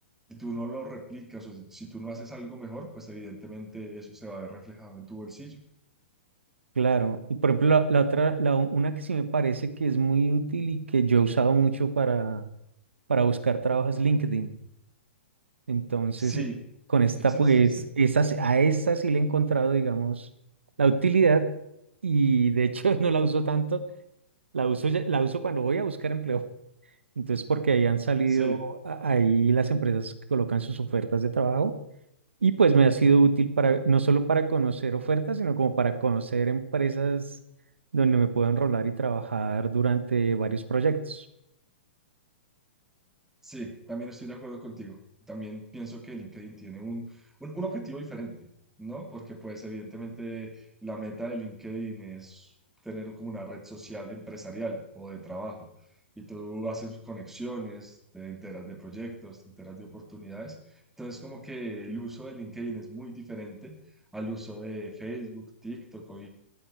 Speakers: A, in the centre; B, on the right.
A: tú no lo replicas o si tú no haces algo mejor, pues evidentemente eso se va a ver reflejado en tu bolsillo.
B: Claro, y por ejemplo, la, la otra, la, u- una que sí me parece que es muy útil y que yo he usado mucho para, para buscar trabajo es LinkedIn. Entonces,
A: Sí,
B: eh, con esta,
A: esas,
B: pues,
A: sí.
B: esta sí- a esta sí le he encontrado, digamos, la utilidad y de hecho <laughs> no la uso tanto, la uso, ya- la uso cuando voy a buscar empleo. Entonces, porque ahí han salido,
A: Sí,
B: a- ahí las empresas colocan sus ofertas de trabajo y pues me ha sido útil para, no solo para conocer ofertas, sino como para conocer empresas donde me puedo enrolar y trabajar durante varios proyectos.
A: Sí, también estoy de acuerdo contigo. También pienso que LinkedIn tiene un, un, un objetivo diferente, ¿no? Porque pues evidentemente la meta de LinkedIn es tener como una red social empresarial o de trabajo. Y tú haces conexiones, te enteras de proyectos, te enteras de oportunidades. Entonces como que el uso de LinkedIn es muy diferente al uso de Facebook, TikTok o